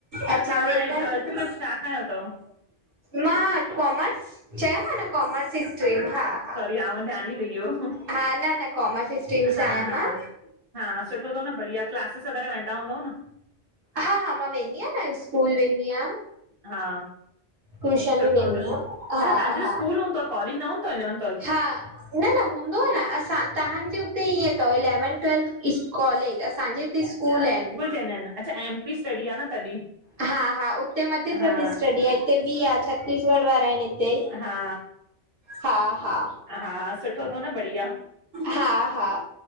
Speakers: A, on the right (about 35°); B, on the right (about 55°).
A: त
B: अच्छा
A: तहां
B: वेंदा आहियो।
A: ट्वेल्थ में छा खयों अथव?
B: मां कॉमर्स, चयो माव न कॉमर्स जी स्ट्रीम हा, हा।
A: याव धियानि लहि वियो।
B: हा न, न काॅर्मस स्टीम
A: हा
B: सां आहिया
A: हा
B: मां।
A: हा, सुठो थो न, बढ़िया क्लासिस वग़ैरह वेंदा हूंदव न?
B: हा, हा, मां वेंदी आहियां न, स्कूल वेंदी आहियां।
A: हा,
B: ट्यूशन
A: सुठो
B: बि वेंदी
A: आ न।
B: आहियां हा
A: अच्छा तव्हांजो
B: हा
A: त स्कूल हूंदो आहे, कॉलेज न हूंदो तव ईलेवेन्थ?
B: हा, न, न हूंदो आ न, असां तहांजे हूते इएं अथव इलेवन, ट्वेल्थ इस कॉलेज़ असांजे हिते स्कूल आहिनि।
A: न, न अच्छा एम पी स्ट्डी आ न तॾहिं।
B: हा, हा उते मध्यप्रदेश
A: हा
B: स्टङी आ इते ॿि आ छत्तीसगढ़ वारा आहिनि हि ते
A: हा
B: हा हा
A: हा सुठो थव न बढ़िया।
B: हा हा